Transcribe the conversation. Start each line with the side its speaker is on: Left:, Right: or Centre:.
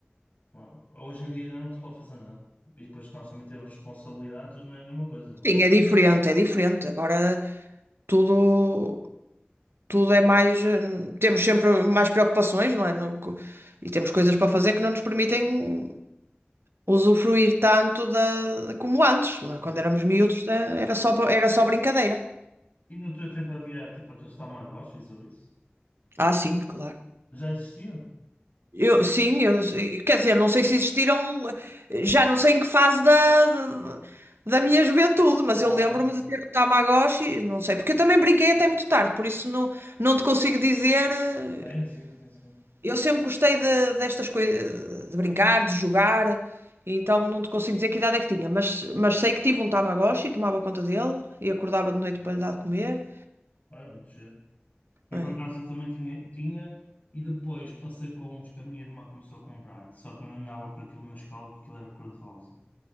Left: Pá, Hoje em dia já não se pode fazer nada. E depois nós também temos responsabilidades, não é a mesma coisa, não
Right: Sim,
Left: é?
Right: é diferente, é diferente. Agora tudo. tudo é mais. eh, Temos sempre mais preocupações, não é? No- co- e temos coisas para fazer que não nos permitem usufruir tanto da, de- como antes. não
Left: Yeah.
Right: é? Quando éramos miúdos, eh, era só, pa- era só brincadeira.
Left: E no teu tempo havia tipo aqueles Tamagotchis ou isso?
Right: Ah, sim, claro.
Left: Já existiam?
Right: Eu, sim, eu, eh, quer dizer, não sei se existiram, eh, já não sei em que fase da, da, da minha juventude, mas
Left: Ah,
Right: eu lembro-me
Left: ok.
Right: de ter o Tamagotchi, não sei, porque eu também brinquei até muito tarde, por isso não, não te consigo dizer. eh,
Left: Tem, sim, sim, sim.
Right: Eu sempre gostei de- destas coisas, de brincar, de jogar, então não te consigo dizer que idade é que tinha, mas, mas sei que tive um Tamagotchi, tomava conta dele e acordava de noite para lhe dar de comer.
Left: É muito giro. Eu
Right: É.
Left: por acaso eu também tinha, tinha, e depois passei para uns que a minha irmã começou a comprar, só que eu não andava com aquilo na escola, que aquilo era cor-de-rosa.